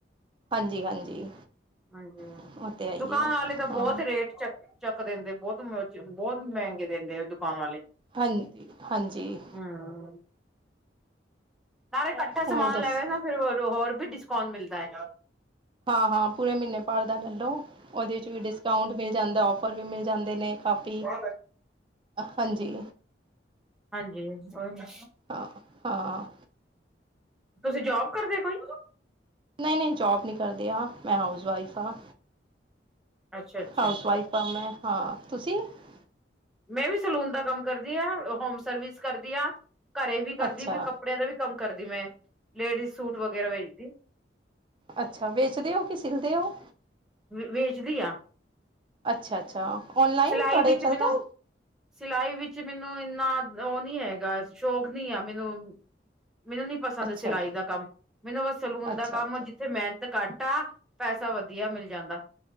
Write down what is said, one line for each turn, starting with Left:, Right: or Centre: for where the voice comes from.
Right: ਹਾਂਜੀ ਹਾਂਜੀ।
Centre: ਹਾਂਜੀ
Right: ਉਹ ਤਾਂ ਹੈ ਹੀ
Centre: ਦੁਕਾਨ
Right: ਹੈ
Centre: ਵਾਲੇ ਤਾਂ
Right: ਹਾਂ
Centre: ਬਹੁਤ ਰੇਟ ਚੱਕ ਚੱਕ ਦਿੰਦੇ ਬਹੁਤ ਬਹੁਤ ਮਹਿੰਗੇ ਦਿੰਦੇ ਆ ਦੁਕਾਨ ਵਾਲੇ।
Right: ਹਾਂਜੀ ਹਾਂਜੀ।
Centre: ਹਮ ਸਾਰੇਾ ਇਕੱਠਾ
Right: ਹੋਰ
Centre: ਸਮਾਨ
Right: ਦੱਸ
Centre: ਲੈਵੇ ਨਾ। ਫਿਰ ਹੋਰ ਵੀ ਡਿਸਕਾਊਂਟ ਮਿਲਦਾ ਹੈ।
Right: ਹਾਂ ਹਾਂ ਪੂਰੇ ਮਹੀਨੇ। ਲੋਦੇ ਵੀ ਡਿਸ ਮਿਲ ਜਾਂਦਾ ਫਰ ਵੀ ਮਿਲ ਜਾਂਦੇ ਨੇ ਕਾਫੀ।
Centre: ਹ।
Right: ਹਾਂਜੀ।
Centre: ਹਾਂਜੀ ਉਓਹੀ ਮ
Right: ਹਾਂ ਹਾਂ।
Centre: ਤੁਸੀਂ ਜੋਬ ਕਰਦੇ ਕੋਈ?
Right: ਇਨ ਨੇ ਜੋਬ ਨਹੀਂ ਕਰਦੇਿਆ ਮੈਂ ਹਾਊਸ ਵਾਈਫ ਹਾਂ।
Centre: ਅੱਛਾ ਅੱਛਾ।
Right: ਹਾਊਸ ਵਾਈਫ ਆ ਮੈਂ। ਹਾਂ ਤੁਸੀਂ-ਤੁਸੀਂ
Centre: ਮੈਂ ਵੀ ਸਲੂਨ ਦਾ ਕੰਮ ਕਰ ਕਰਦੀ ਆ ਹੋਮ ਸਰਵਿਸ ਕਰਦੀ ਆ ਘਰੇ ਵੀ ਕਰਦੀ
Right: ਅੱਛਾ
Centre: ਵੀ ਕੱਪੜਿਆਂ ਦਾ ਵੀ ਕੰਮ ਕਰਦੀ ਮੈਂ ਲੇਡੀਜ਼ ਸੂਟ ਵਗੈਰਾ ਵੇਦੀ
Right: ਅੱਛਾ ਵੇਚਦੇ ਹੋ ਕਿ ਸਿਲਦੇ ਹੋ।
Centre: ਵੇਚਦੀ ਆ
Right: ਅੱਛਾ ਅੱਛਾ ਓਨਲਾਈਨ
Centre: ਸਿਲਾਈ
Right: ਤੁਹਾਡੇ
Centre: ਵਿੱਚ
Right: ਚੱਲਦਾ?
Centre: ਮੈਨੂੰ ਸਿਲਾਈ ਵਿੱਚ ਮੈਨੂੰ ਇੰਨਾ ਉਹ ਨਹੀਂ ਹੈਗਾ ਸ਼ੌਕ ਨੀ ਆ ਮੈਨੂੰ। ਮੈਨੂੰ ਨੀ ਪਸੰਦ
Right: ਅੱਛਾ
Centre: ਸਿਲਾਈ
Right: ਜੀ
Centre: ਦਾ ਕੰਮ ਮੈਨੂੰ ਬ ਸਲੂਨ
Right: ਅੱਛਾ-ਅੱਛਾ
Centre: ਦਾ ਕੰਮ ਜਿੱਥੇ ਮਿਹਨਤ ਕੱਟ ਆ। ਪੈਸਾ ਵਧੀਆ ਮਿਲ ਜਾਂਦਾ